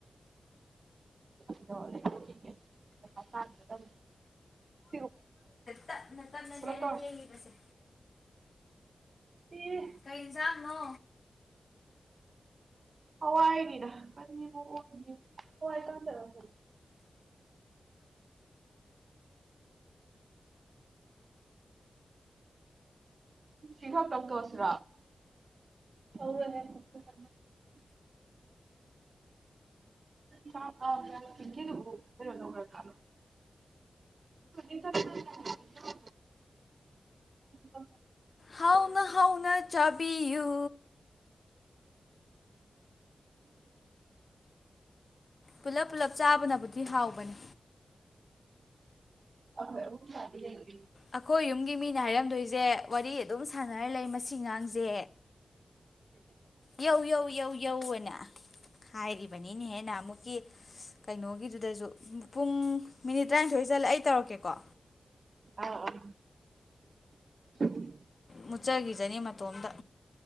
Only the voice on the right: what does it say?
ꯄꯩꯁꯥ ꯇꯥꯟꯒꯗꯕꯅꯤ <unintelligible>
ꯇꯧꯔꯁꯤ
ꯢ
ꯍꯋꯥꯏꯅꯤꯗ ꯀꯔꯤꯕꯨ ꯑꯣꯏꯅꯤ ꯍꯋꯥꯏ ꯀꯥꯡꯇꯛꯔ ꯁꯤ ꯈꯛꯇꯪ ꯇꯧꯔꯁꯤꯔꯣ ꯑꯣꯛꯑꯣꯏꯍꯦ ꯑꯁꯤꯈꯛꯇꯪ ꯆꯥ ꯐꯥ <inaudible> ꯀꯤꯀꯤꯗꯨꯕꯨ ꯀꯩꯅꯣ ꯇꯧꯈ꯭ꯔ ꯖꯥꯠꯂꯣ ꯍꯧꯖꯤꯛꯇ ꯊꯥꯈꯤꯕꯅꯤꯗ ꯏꯅꯥꯎꯗꯣ
ꯑꯈꯣꯢ ꯑꯍꯨꯝ ꯆꯥꯕꯤꯔꯒꯦ
ꯑꯥ ꯑꯥ <inaudible>